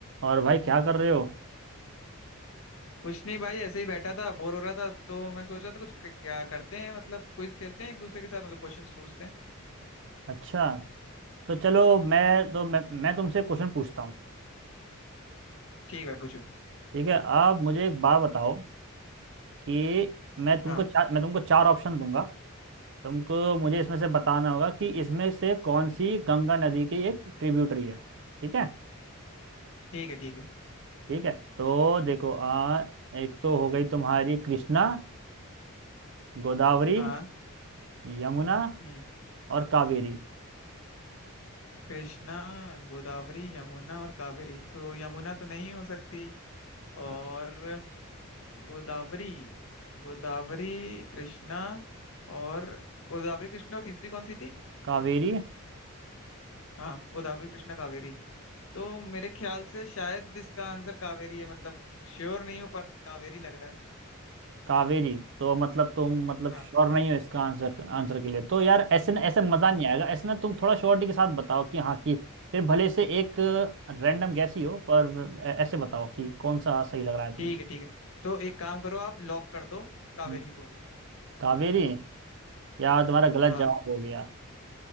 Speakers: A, on the right; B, on the left.
A: और भाई क्या कर रहे हो
B: कुछ नहीं भाई ऐसे ही बैठा था बोर हो रहा था तो मैं सोच रहा था कुछ क- क्या करते हैं मतलब क्विज खेलते हैं एक दूसरे के साथ मतलब क्वेश्चंस पूछते हैं
A: अच्छा तो चलो मैं तो मैं, मैं तुमसे क्वेश्चन पूछता हूँ
B: ठीक है पूछो
A: ठीक है आप मुझे एक बात बताओ कि मैं तुमको
B: हाँ
A: चार मैं तुमको चार ऑप्शन दूंगा तुमको मुझे इसमें से बताना होगा कि इसमें से कौन सी गंगा नदी की एक ट्रिब्यूटरी है ठीक है
B: ठीक है ठीक है
A: ठीक है तो देखो आ, एक तो हो गई तुम्हारी कृष्णा गोदावरी
B: हाँ
A: यमुना
B: हम्म
A: और कावेरी
B: कृष्णा गोदावरी यमुना और कावेरी तो यमुना तो नहीं हो सकती और
A: हाँ,
B: गोदावरी गोदावरी कृष्णा और गोदावरी कृष्णा और तीसरी कौन सी थी
A: कावेरी
B: हाँ गोदावरी कृष्णा कावेरी तो मेरे ख्याल से शायद इसका आंसर कावेरी है मतलब श्योर नहीं हो पर कावेरी लग रहा है
A: कावेरी तो मतलब तुम मतलब
B: हाँ
A: श्योर नहीं हो इसका आंसर आंसर के लिए तो यार ऐसे ना ऐसे मजा
B: हाँ
A: नहीं आएगा ऐसे ना तुम थोड़ा श्योरिटी के साथ बताओ कि हाँ कि फिर भले से एक रैंडम गैस ही हो पर ऐ- ऐसे बताओ कि कौन सा सही लग रहा है तुमको
B: ठीक है ठीक है तो एक काम करो आप लॉक कर दो कावेरी
A: हम्म,
B: को
A: कावेरी यार तुम्हारा गलत
B: हाँ
A: जवाब हो गया